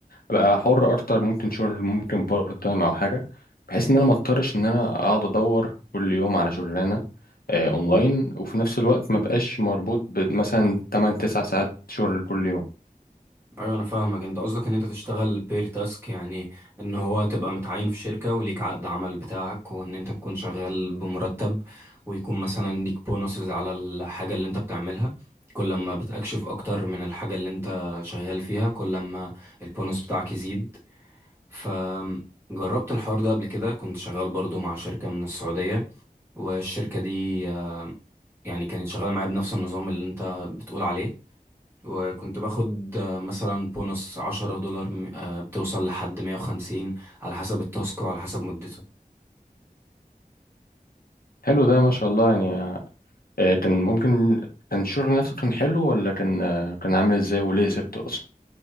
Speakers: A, on the left; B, on the right.
A: ابقى حر اكتر ممكن شغل ممكن بارت تايم او حاجه بحيث ان انا ما اضطرش ان انا اقعد ادور كل يوم على شغلانه آه، اونلاين وفي نفس الوقت ما بقاش مربوط بمثلا 8 9 ساعات شغل كل يوم
B: ايوه انا فاهمك انت قصدك ان انت تشتغل بير تاسك يعني ان هو تبقى متعين في شركة وليك عقد عمل بتاعك وان انت تكون شغال بمرتب ويكون مثلا ليك بونصز على الحاجة اللي انت بتعملها كل ما بتكشف اكتر من الحاجة اللي انت شغال فيها كل ما البونص بتاعك يزيد فجربت الحوار ده قبل كده كنت شغال برضو مع شركة من السعودية والشركة دي آه، يعني كانت شغالة معايا بنفس النظام اللي انت بتقول عليه وكنت باخد آه، مثلا بونص عشرة دولار م- آه، بتوصل لحد مية وخمسين على حسب التاسك وعلى حسب مدته
A: حلو ده ما شاء الله يعني آه، كان ممكن كان الشغل نفسه كان حلو ولا كان آه، كان عامل ازاي وليه سبته اصلا